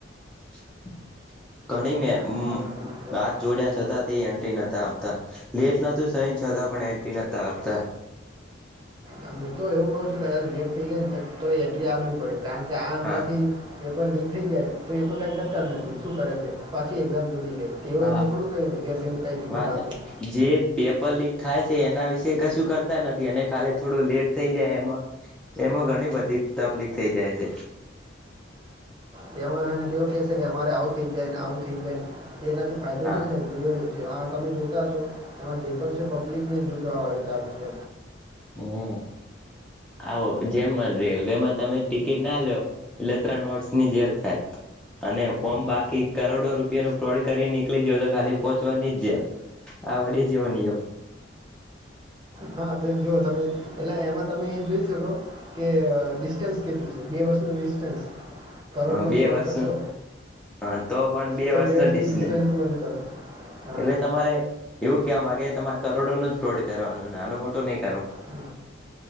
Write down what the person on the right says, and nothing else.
હા, હા, બરાબર.
હું તો એવું કઉ છું કદાચ લેટ થઇ ગાય ને તો એટી હલવી પડે કારણ કે આ હમણાંથી
પેપર લીક થઈ જાય તો એ તો કાંઈ કરતા જ નથી શું કરે છે પાંચી એક્ઝામ તેઓ
એમને થોડું કઈગારને કઈ રિફંડ
આપ્યું
તેમાંય ને તેઓ કેહે છે કે અમારે આવું થઈ જાયને આવ ખીરીાય તેનાથી ફાયદો
શું થાય જોઈ હા તમે જોતા હશો એમાં જે પણ છે પબ્લિક ને જ લૂટવા વાળી ચાલ છે
હા તો જોુવ તમે એટલે એમાં તમે એ જોઈ શકો કે ડિસ્ટન્સ કેટલીું બે વરસનું ડિસ્ટન્સ કરોડનો
ફ્રોડ
કરશો
તો
વર્ષનું
ડિસ્ટન્સમાં
લેતા હોય હા
હ